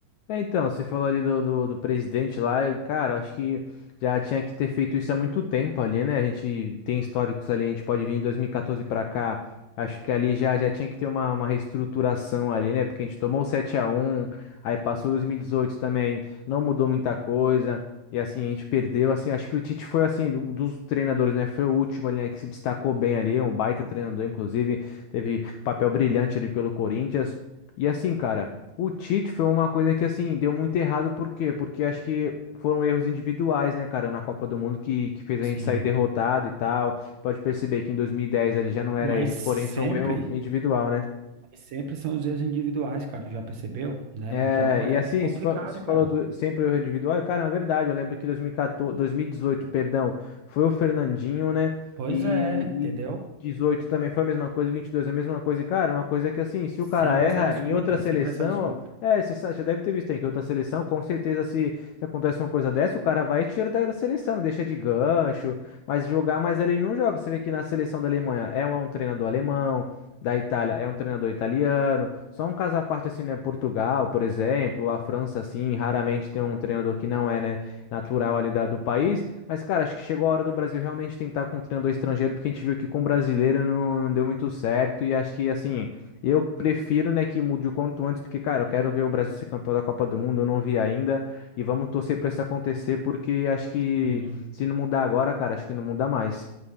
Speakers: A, on the left (about 85°); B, on the right (about 65°).
A: É, então, você falou ali do, do, do presidente lá, e, cara, eu acho que já tinha que ter feito isso há muito tempo ali, né? A gente tem históricos ali, a gente pode vir em dois mil e 2014 pra cá, acho que ali já, já tinha que ter uma, uma reestruturação ali, né? Porque a gente tomou o 7x1, aí passou 2018 também, não mudou muita coisa, e assim, a gente perdeu, assim, acho que o Tite foi, assim, do- dos treinadores, né? Foi o último ali, né, que se destacou bem ali, um baita treinador, inclusive, teve papel brilhante ali pelo Corinthians, e assim, cara... O Tite foi uma coisa que, assim, deu muito errado, por quê? Porque acho que foram erros individuais, né, cara, na Copa do Mundo que, que fez a
B: Sim.
A: gente sair derrotado e tal. Pode perceber que em 2010 ele já não era
B: Mas
A: ele,
B: sempre,
A: porém foi um erro individual, né?
B: mas sempre são os erros individuais, cara. Tu já percebeu, né?
A: É,
B: Então é,
A: e assim,
B: é complicado,
A: se fa- se
B: cara.
A: falou do, sempre o erro individual, e, cara, é verdade, eu lembro que 2014, 2018, perdão, foi o Fernandinho, né?
B: Pois
A: E,
B: é, entendeu?
A: e 18 também foi a mesma coisa, 22 a mesma coisa. E, cara, uma coisa é que assim, se
B: Sempre
A: o cara erra
B: essa desculpa,
A: em outra seleção,
B: sempre essa desculpa.
A: é, você sa- já deve ter visto aí que outra seleção, com certeza, se, se acontece uma coisa dessa, o cara vai e tira da, da seleção, não deixa de gancho, mas jogar, mas ali ele não joga. Você vê que na seleção da Alemanha é um, um treinador alemão da Itália é um treinador italiano. Só um caso à parte, assim, né? Portugal, por exemplo, a França, assim, raramente tem um treinador que não é, né, natural ali da, do país. Mas, cara, acho que chegou a hora do Brasil realmente tentar com um treinador estrangeiro, porque a gente viu que com brasileiro não, não deu muito certo. E acho que, assim, eu prefiro, né, que mude o quanto antes, porque, cara, eu quero ver o Brasil ser campeão da Copa do Mundo, eu não vi ainda. E vamos torcer pra isso acontecer, porque acho que
B: Sim.
A: se não mudar agora, cara, acho que não muda mais.